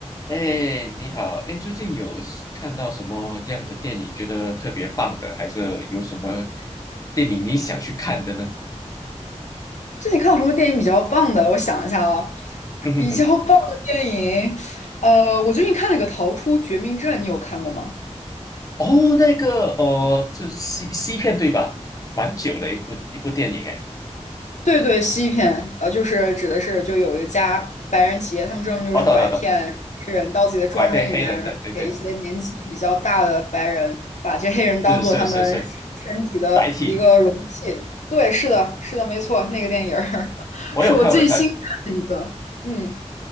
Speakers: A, on the left; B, on the left.
A: 哎，你好，哎，最近有是看到什么样的电影觉得特别棒的，还是有什么电影你想去看的呢？
B: 最近看过什么电影比较棒的？我想一下啊，
A: 嗯哼哼，
B: 比较棒的电影，呃，我最近看了一个《逃出绝命镇》，你有看过吗？
A: 哦，那个，呃，是西西片对吧？蛮久了一部一部电影，哎，
B: 对对，西片，呃，就是指的是就有一家白人企业，他们专门就是拐骗黑人到自己的庄园里面，
A: 哦，懂懂懂，拐骗黑人的，
B: 然后给一些年纪比较大的白人，
A: 对对，
B: 把这黑人当做他们身体的一个容器。
A: 是是是是，载体，
B: 对，是的，是的，没错，那个电影儿 <laughs>
A: 我有看我有看，
B: 是我最新看的一个。嗯，